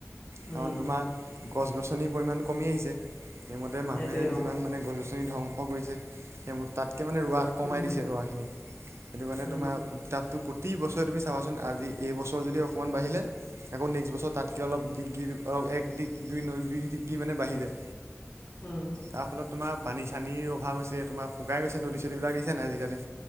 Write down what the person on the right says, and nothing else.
কাৰণ তোমাৰ- গছ গছনিৰ পৰিমাণ কমি আহিছে সেইমতে মানুহে
যিমান
মানে গছ গছনি ৰ ধ্বংস কৰিছে সেইবোৰ তাত- এতিয়া মানে ৰোৱা কমাই
দিছে ৰোৱাখিনি সেইটো কাৰণে
তোমাৰ উত্তাপটো। প্ৰতি বছৰে তুমি চাবাচোন আজি এইবছৰ যদি অকণমান বাঢ়িলে আকৌ নেক্সট বছৰ তাতকৈ অলপ ডিগ্ৰী অলপ। এক দিগ দুই দুই ডিগ্ৰী মানে বাঢ়ি যায়।
তাৰ ফলত তোমাৰ পানী চানীৰ অভাৱ হৈছে তোমাৰ শুকাই গৈছে নদী চদীবিলাক দেখিছা নে নাই আজিকালি।